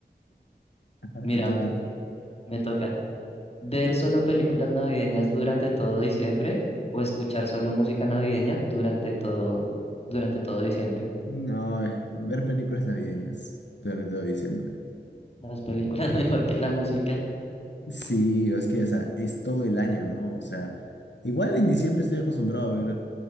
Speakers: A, on the left (about 85°); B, on the left (about 35°).
A: Ahora
B: Mira,
A: te toca...
B: me toca ver solo películas navideñas durante todo diciembre o escuchar solo música navideña durante todo, durante todo diciembre.
A: No, es- ver películas navideñas durante todo diciembre.
B: Las películas <laughs> mejor que la música.
A: Sí, es que, o sea, es todo el año, ¿no? O sea, igual en diciembre estoy acostumbrado a ver